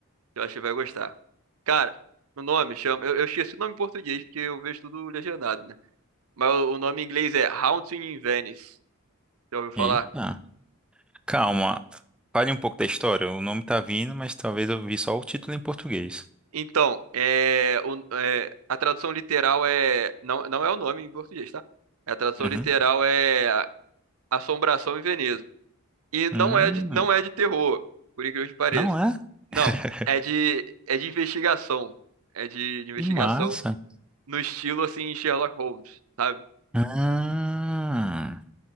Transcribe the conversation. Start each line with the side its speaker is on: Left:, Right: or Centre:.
Right: eu acho que vai gostar. Cara, o nome chama, eu, eu esqueci o nome em português porque eu vejo tudo legendado, né? Mas o, o nome em inglês é Haunting in Venice. Já ouviu falar?
Centre: Eita, calma. Fale um pouco da história. O nome tá vindo, mas talvez eu vi só o título em português.
Right: Então, é, o- é, a tradução literal é. Não, não é o nome em português, tá? A tradução
Centre: Uhum.
Right: literal é a- Assombração em Veneza. E não
Centre: Hum,
Right: é de, não é de terror, por incrível que pareça.
Centre: não é?
Right: Não,
Centre: <laughs>
Right: é de, é de investigação. É de, de investigação
Centre: Que massa.
Right: no estilo assim Sherlock Holmes, sabe?
Centre: Ah,